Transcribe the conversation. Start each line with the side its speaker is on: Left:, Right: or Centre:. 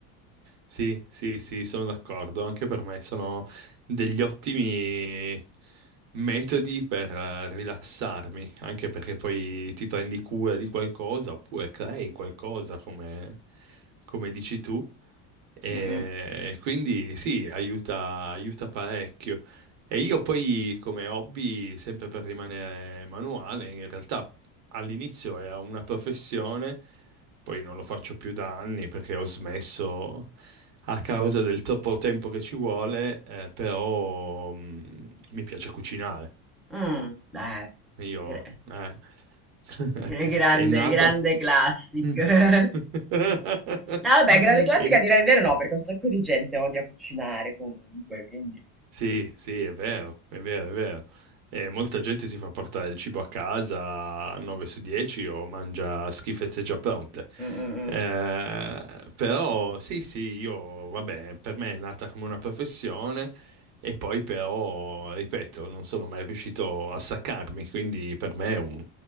Right: Sì, sì, sì, sono d'accordo. Anche per me sono degli ottimi metodi per eh, rilassarmi, anche perché poi ti prendi cura di qualcosa oppure crei qualcosa come, come dici tu. E
Centre: Mm, mm,
Right: quindi sì, aiuta, aiuta parecchio. E io poi come hobby, sempre per rimanere manuale, in realtà all'inizio era una professione. Poi non lo faccio più da anni perché ho smesso a causa del troppo tempo che ci vuole, eh, però mh, mi piace cucinare.
Centre: mm, eh,
Right: Io,
Centre: gre-
Right: eh. <laughs>
Centre: gre- grande,
Right: È nata...
Centre: grande classic.
Right: Mm.
Centre: <laughs>
Right: <laughs>
Centre: No, vabbè, grande classica
Right: È
Centre: a dire il vero no, perché un sacco di gente odia cucinare comunque, quindi...
Right: Sì, sì, è vero, è vero, è vero. E molta gente si fa portare il cibo a casa 9 su 10 o mangia schifezze già pronte.
Centre: Mm, mm,
Right: Eh, però sì, sì, io, vabbè, per me è nata come una professione e poi però, ripeto, non sono mai riuscito a staccarmi, quindi per me è un,